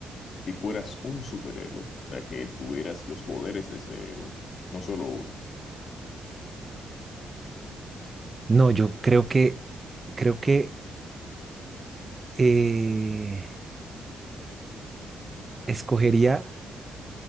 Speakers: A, on the left; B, on the right.
A: si fueras un superhéroe, o sea, que tuvieras los poderes de ese héroe, no solo uno.
B: No, yo creo que creo que eh, escogería